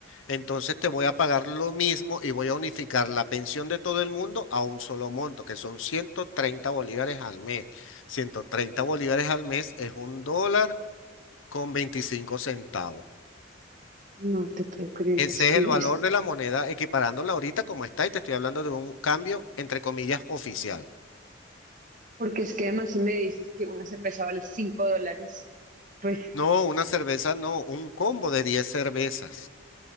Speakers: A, on the left; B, on the right.
A: entonces te voy a pagar lo mismo y voy a unificar la pensión de todo el mundo a un solo monto, que son 130 bolívares al mes. 130 bolívares al mes es un dólar con veinticinco centavos.
B: No te puedo creer,
A: Ese
B: es que
A: es el valor
B: es...
A: de la moneda equiparándola ahorita como está y te estoy hablando de un cambio entre comillas oficial.
B: Porque es que además si me dices que una cerveza vale cinco dólares, pues,
A: No, una cerveza, no, un combo de 10 cervezas.